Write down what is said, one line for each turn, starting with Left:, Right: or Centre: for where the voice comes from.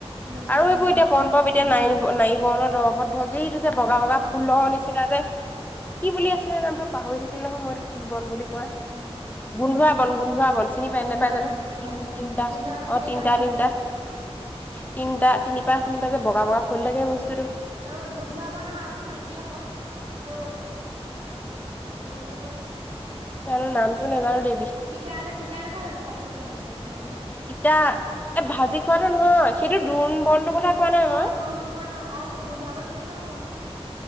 Right: নেজানো
Left: আৰু এইবোৰ
Right: অ',
Left: এতিয়া পণ পৱ এতিয়া নাই। নাই বৰণৰ দৰবত ধক এইটো যে বগা বগা
Right: উম,
Left: ফুল নিচিনা যে কি বুলি আছিলে নামটো পাহৰি থাকি সময়তটো কি বন বুলি কয়
Right: উম,
Left: গোন্ধোৱা বন গোন্ধোৱা বন চিনি পাই
Right: গোন্ধোৱা
Left: নেপাই জানো
Right: বন
Left: তি
Right: অ',
Left: তিনটা
Right: গোন্ধোৱা বন
Left: অ
Right: চিনি
Left: তিনটা
Right: পাওঁ অ',
Left: তিনটা তিনিটা তিন পাৰ তিনিিবাজাত বগা বগা ফুল থাকে বস্তু
Right: অ গোন্ধোৱা পোৱা নহয় আপোনাৰ হেৰি আকৌ এইটো কি বুলি কয়?
Left: তো নামটো নেজানো দে
Right: তিতা যে তিতা নহয় জানো পাতটো খাবলৈ ভাজি খাই
Left: তিতা এ ভাজি খোৱাাতটো নহয় সেই ডোন বন্ টো। কথা কোৱা নাই মই
Right: অ দুৰোণ বৰ্ণ অ মোক গোন্ধিয়াবন চিনি পাওঁ বাৰ